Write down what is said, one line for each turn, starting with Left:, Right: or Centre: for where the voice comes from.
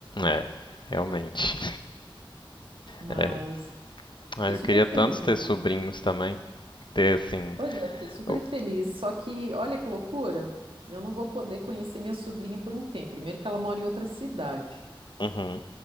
Left: É, realmente.
Right: Mas
Left: É. Ah,
Right: fiquei
Left: eu
Right: super
Left: queria tanto
Right: feliz
Left: ter
Right: ali
Left: sobrinhos
Right: com.
Left: também. Ter assim.
Right: Pois é, fiquei super
Left: o-
Right: feliz. Só que, olha que loucura, eu não vou poder conhecer minha sobrinha por um tempo. Primeiro, que ela mora em outra cidade,
Left: Uhum.